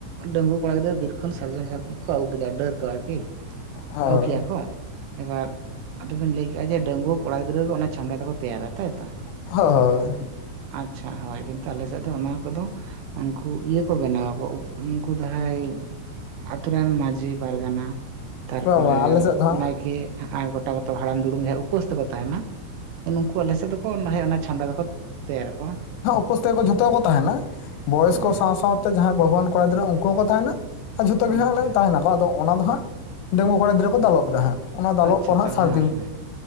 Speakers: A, on the right; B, on the left.
A: ᱰᱟᱺᱜᱩᱣᱟᱹ ᱠᱚᱲᱟ ᱜᱤᱫᱽᱨᱟᱹ ᱵᱤᱨ ᱠᱷᱚᱱ ᱥᱟᱨᱡᱚᱢ ᱥᱟᱠᱟᱢ ᱠᱚ ᱟᱹᱜᱩ ᱠᱮᱫᱟ ᱰᱟᱹᱨ ᱠᱚ ᱟᱨᱠᱤ
B: ᱦᱳᱭ
A: ᱟᱹᱜᱩ ᱠᱮᱜ ᱟᱠᱚ ᱮᱵᱟᱨ ᱟᱫᱚᱵᱤᱱ ᱞᱟᱹᱭ ᱠᱮᱜᱼᱟ ᱡᱮ ᱰᱟᱺᱜᱩᱣᱟᱹ ᱠᱚᱲᱟ ᱜᱤᱫᱽᱨᱟᱹ ᱠᱚ ᱚᱱᱟ ᱪᱷᱟᱢᱰᱟ ᱫᱚᱠᱚ ᱛᱮᱭᱟᱨᱟ ᱛᱟᱭᱛᱚ?
B: ᱦᱳᱭ ᱦᱳᱭ
A: ᱟᱪᱪᱷᱟ ᱦᱳᱭ ᱠᱤᱱᱛᱩ <unintelligible> ᱟᱞᱮ ᱥᱮᱫ ᱫᱚ ᱚᱱᱟ ᱠᱚᱫᱚ ᱩᱱᱠᱩ ᱤᱭᱟᱹ ᱠᱚ ᱵᱮᱱᱟᱣ ᱟᱠᱚ ᱩᱱᱠᱩ ᱡᱟᱦᱟᱸᱭ ᱟᱛᱩᱨ ᱨᱮᱱ ᱢᱟᱺᱡᱷᱤ ᱯᱟᱨᱜᱟᱱᱟ ᱛᱟᱨᱯᱚᱨᱮ
B: ᱵᱟᱝ ᱵᱟᱝ ᱟᱞᱮ ᱥᱮᱫ ᱫᱚ ᱦᱟᱸᱜ
A: ᱱᱟᱭᱠᱮ <unintelligible> ᱟᱨ ᱜᱚᱴᱟ ᱠᱚᱛᱮᱠ ᱦᱟᱲᱟᱢ ᱫᱩᱲᱩᱢ ᱡᱟᱦᱟᱸ ᱩᱯᱟᱹᱥ ᱛᱮᱠᱚ ᱛᱟᱦᱮᱱᱟ ᱩᱱ ᱩᱱᱠᱩ ᱟᱞᱮᱥᱮᱫ ᱫᱚᱠᱚ <unintelligible> ᱚᱱᱟ ᱪᱷᱟᱢᱰᱟ ᱫᱚᱠᱚ ᱛᱮᱭᱟᱨᱟ
B: ᱯᱟᱹᱥ ᱛᱮᱜᱮ ᱡᱷᱚᱛᱚ ᱜᱮᱠᱚ ᱛᱟᱦᱮᱱᱟ ᱵᱚᱭᱚᱥ
A: ᱦᱮᱸ
B: ᱠᱚ ᱥᱟᱶ ᱥᱟᱶᱛᱮ ᱡᱟᱦᱟᱸᱭ ᱵᱟᱹᱦᱩᱣᱟᱱ ᱠᱚᱲᱟ ᱜᱤᱫᱽᱨᱟᱹ ᱩᱱᱠᱩ ᱦᱚᱸᱠᱚ ᱛᱟᱦᱮᱱᱟ ᱟᱨ ᱡᱷᱚᱛᱚ
A: ᱟᱪᱪᱷᱟ
B: ᱜᱮ ᱦᱟᱸᱜ ᱛᱟᱦᱮᱱᱟᱠᱚ ᱟᱫᱚ ᱚᱱᱟ ᱫᱚ ᱦᱟᱸᱜ ᱰᱟᱺᱜᱩᱣᱟᱹ ᱠᱚᱲᱟ ᱜᱤᱫᱽᱨᱟᱹ ᱠᱚ ᱫᱟᱞᱚᱵ ᱫᱟ ᱦᱟᱸᱜ ᱚᱱᱟ ᱫᱟᱞᱚᱵ
A: ᱟᱪᱪᱷᱟ
B: ᱯᱚᱨ
A: ᱟᱪᱪᱷᱟ
B: ᱦᱟᱸᱜ ᱥᱟᱹᱨᱫᱤ,
A: ᱦᱮᱸ ᱦᱮᱸ